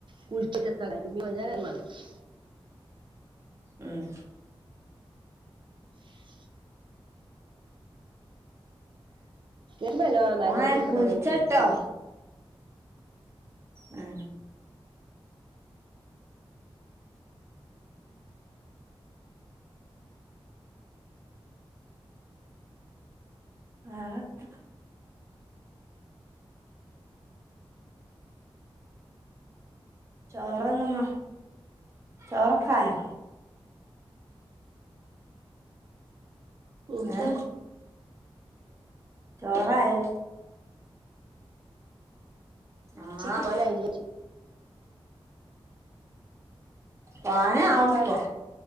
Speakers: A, on the right; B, on the right.
A: കുളിച്ചിട്ട എത്ര കരുമ്പിഞ്ഞ മിച്ചു <unintelligible>
B: ഉഹ
A: ഉ <unintelligible> കേട്ടുമ്പോ മരന്റെ
B: മ
A: ഇപ്പോഴത്തെ
B: കഴിച്ചട്ട
A: അവിടെ നിന്ന് കൊക്കും
B: <unintelligible> ആ ആറത്ര ചോറന്നമ്മ ചോറൊക്കായോ
A: ഉത
B: ഏ ചോറായോ ആഹ്
A: ക്ക മനയി ജച്ച <unintelligible>
B: പോാന ആപ്പ
A: ആലോ